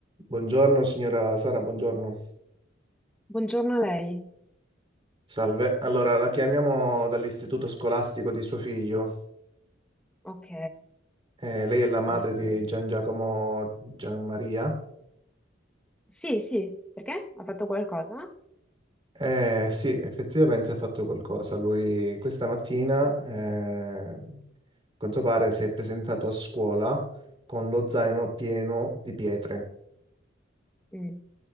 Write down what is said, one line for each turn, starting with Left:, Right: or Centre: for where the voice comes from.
Right: Buongiorno signora Sara, buongiorno.
Centre: Buongiorno a lei.
Right: Salve. Allora, la chiamiamo dall'istituto scolastico di suo figlio.
Centre: Ok,
Right: Eh, lei è la madre
Centre: dimmi.
Right: di Gian Giacomo Gianmaria?
Centre: Sì, sì, perché? Ha fatto qualcosa?
Right: Eh, sì, effettivamente ha fatto qualcosa. Lui questa mattina, eh, a quanto pare, si è presentato a scuola con lo zaino pieno di pietre,
Centre: Mm,